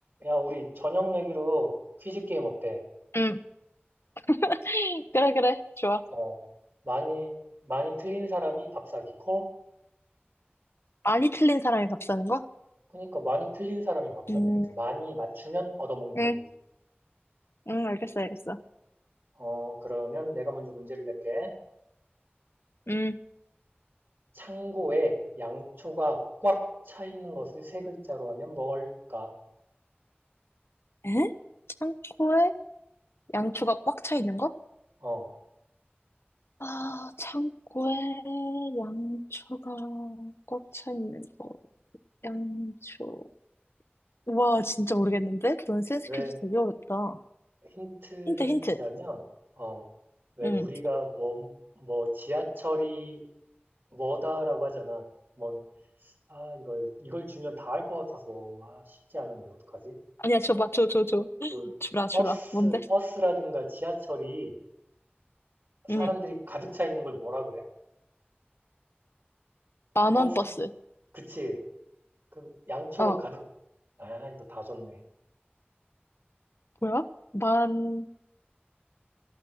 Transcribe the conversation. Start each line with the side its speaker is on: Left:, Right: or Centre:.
Right: 야, 우리 저녁 내기로 퀴즈 게임 어때?
Left: 응. <laughs> 그래, 그래. 좋아.
Right: 어, 많이, 많이 틀린 사람이 밥 사기 콜?
Left: 많이 틀린 사람이 밥 사는 거?
Right: 그니까 많이 틀린 사람이 밥 사는
Left: 음,
Right: 거지. 많이 맞추면 얻어먹는
Left: 응,
Right: 거고.
Left: 응, 알겠어, 알겠어.
Right: 어, 그러면 내가 먼저 문제를 낼게.
Left: 음.
Right: 창고에 양초가 꽉 차 있는 것을 세 글자로 하면 뭘까?
Left: 에? 창고에 양초가 꽉 차 있는 거?
Right: 어,
Left: 아, 창고에 양초가 꽉 차 있는 거. 양초. 와, 진짜 모르겠는데? 넌 센스
Right: 왜
Left: 퀴즈 되게 어렵다.
Right: 힌트를
Left: 힌트, 힌트.
Right: 주자면, 어, 왜
Left: 응.
Right: 우리가 뭐, 뭐 지하철이 뭐다라고 하잖아. 뭐 아, 이걸, 이걸 주면 다 할 것 같아서, 아, 쉽지 않은데, 어떡하지?
Left: 아니야, 줘봐, 줘, 줘, 줘. <laughs>
Right: 그,
Left: 주라, 주라.
Right: 버스,
Left: 뭔데?
Right: 버스라든가 지하철이 사람들이
Left: 응.
Right: 가득 차 있는 걸 뭐라 그래?
Left: 만원
Right: 버스,
Left: 버스.
Right: 그치. 그, 양초가
Left: 어.
Right: 가득, 아, 이거 다 줬네.
Left: 뭐야? 만,